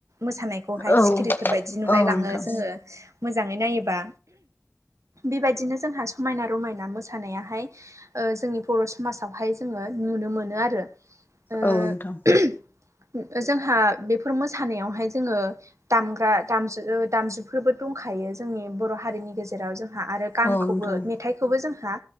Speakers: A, on the right; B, on the left.
A: मोसानायखौ खौहाय
B: औ
A: सिखिरिफोरबायदि नुलाय
B: औ नोंथां
A: लाङो जोङो मोजाङै नायोबा बेबायदिनो जोंहा समायना रमायना मोसानायाहाय ओ जोंनि बर' समाजावहाय जोङो नुनो मोनो आरो ओ
B: औ नोंथां
A: जोंहा बेफोर मोसानायावहाय जोंङो दामग्रा दामु दामजुफोरबो दंखायो जोंनि बर' हारिनि गेजेराव जोंहा आरो गानखौबो
B: औ नोंथां
A: मेथाइखौबो जोंहा